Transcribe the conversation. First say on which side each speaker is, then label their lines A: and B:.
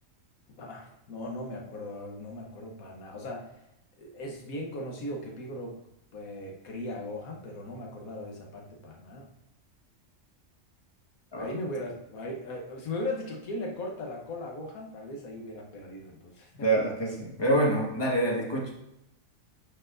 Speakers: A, on the left; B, on the left.
A: Ah, no, no me acuerdo, no me acuerdo para nada. O sea, eh, es bien conocido que Picoro pues, cría a Gohan, pero no me acordaba de esa parte para nada.
B: La verdad,
A: Ahí me hubieras, ahí- ahí- si me hubieras dicho quién le corta la cola a Gohan, tal vez ahí hubiera perdido. Entonces, <laughs>
B: la verdad es que sí. Pero bueno, dale, dale, escucha.